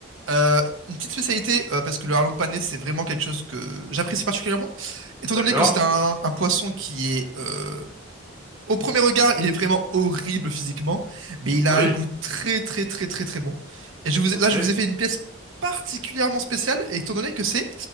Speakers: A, on the right; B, on the right.
A: Euh, une petite spécialité, euh, parce que le harlong pané, c'est vraiment quelque chose que j'apprécie particulièrement. Étant
B: D'accord?
A: donné que c'est un, un poisson qui est euh, Au premier regard, il est vraiment horrible physiquement, mais il a
B: Oui?
A: un goût très très très très très bon. Et je vous
B: Ok.
A: ai- là, je vous ai fait une pièce particulièrement spéciale, étant donné que c'est